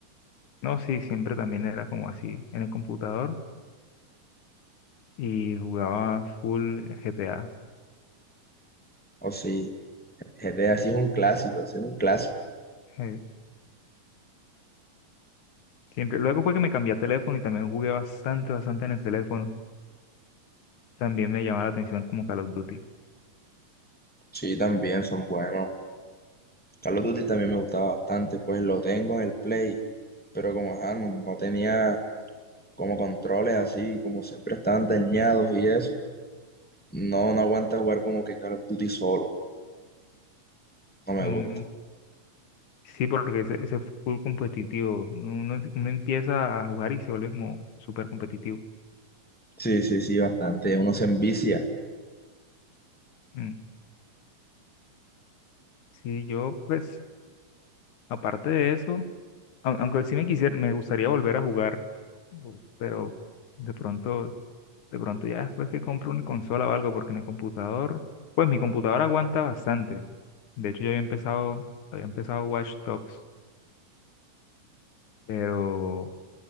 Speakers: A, on the left; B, in the centre.
A: no, sí, siempre también era como así en el computador y jugaba full GTA.
B: O sí, GTA sí es un clásico, ese es un clásico.
A: eh, siempre. Luego fue que me cambié a teléfono y también jugué bastante, bastante en el teléfono. También me llamaba la atención como Call of Duty.
B: Sí, también son buenos. Carlos of Duty también me gustaba bastante, pues lo tengo en el Play, pero como ajá, no, no tenía como controles así, como siempre estaban dañados y eso, No, no aguanta jugar como que Call of Duty solo. No me
A: Mm,
B: gusta.
A: sí, porque ese, ese full competitivo, uno, uno- uno empieza a jugar y se vuelve como súper competitivo.
B: Sí, sí, sí, bastante. Uno se envicia.
A: Mm, sí, yo pues, aparte de eso, au- aunque sí me quisiera, me gustaría volver a jugar, o- pero de pronto De pronto ya después que compro una consola o algo, porque en el computador, pues mi computador aguanta bastante. De hecho, yo había empezado, había empezado Watch Dogs, pero,